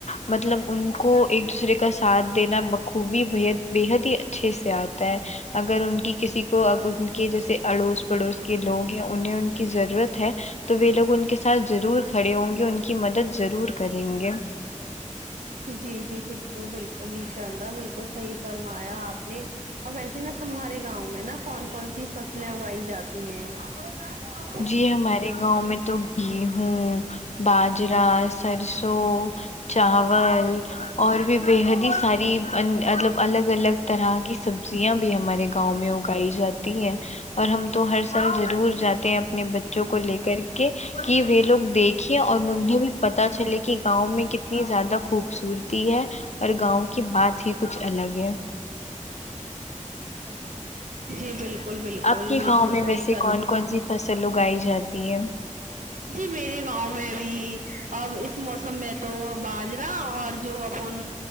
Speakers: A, on the left; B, on the right.
A: مطلب ان کو ایک دوسرے کا سات دینا باخوبی بےحد بےحد ہی اچھے سے آتا ہے اگر ان کی کسی کو کی جیسے اڑوس پڑوس کے لوگ ہیں انہیں ان کی ضرورت ہے تو وے لوگ ان کے ضرور کھڑے ہوں گے ان کی مدد ضرور کریں گے
B: جی جی بالکل بالکل ان شاء اللہ بالکل صحیح فرمایا آپ نے اب ویسے نا تمہارے گاؤں میں نا کون کون سی فصلیں اگائی جاتی ہیں ہو
A: جی ہمارے گاؤں میں تو گیہوں باجرا سرسوں چاول اور بھی بےحد ہی ساری مطلب الگ الگ طرح کی سب زیاں بھی ہمارے گاؤں میں اگائی جاتی ہیں اور ہم تو ہر سال ضرور جاتے ہیں اپنے بچوں کو لے کر کہ وے لوگ دیکھے اور انہیں بھی پتا چلے کہ گاؤں میں کتنی زیادہ خوبصورتی ہے اور گاؤں کی بات ہی کچھ الگ ہے
B: جی بالکل بالکل
A: آپ کے
B: بالکل
A: گاؤں میں
B: صحی
A: ویسے
B: فر
A: کون کون سی فصل اگائی جاتی ہے
B: جی میرے گاؤں میں بھی اب اس موسم میں تو باجرا اور جو اپن